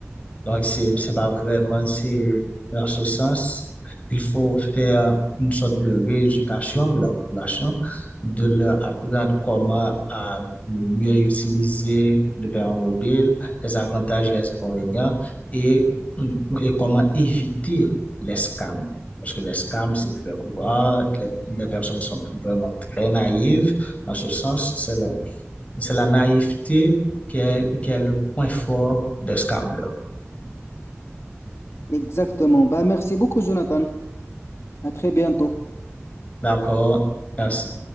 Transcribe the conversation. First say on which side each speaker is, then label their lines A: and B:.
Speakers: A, on the left; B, on the left.
A: Donc, c'est, c'est pas vraiment, c'est dans ce sens, il faut faire une sorte de rééducation de la population, de leur apprendre comment à mieux utiliser le paiement mobile, les avantages, les inconvénients et, et comment éviter les scams. Parce que les scams, c'est très courant, les, les personnes sont vraiment très naïves. En ce sens, c'est la, c'est la naïveté qui est, qui est le point fort des scammers.
B: Exactement. Bah, merci beaucoup, Jonathan. À très bientôt.
A: D'accord. Merci.